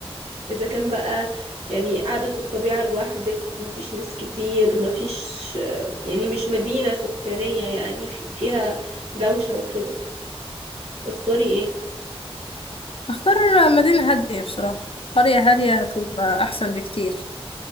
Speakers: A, on the right; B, on the left.
A: إذا كان بقى يعني قاعدة في الطبيعة لوحدك مفيش ناس كتير مفيش آه، يعني مش مدينة سكانية يعني في- فيها دوشة وكده تختاري ايه؟
B: اختار مدينة هادية بصراحة قرية هادية
A: مش-
B: هتبقى احسن بكتير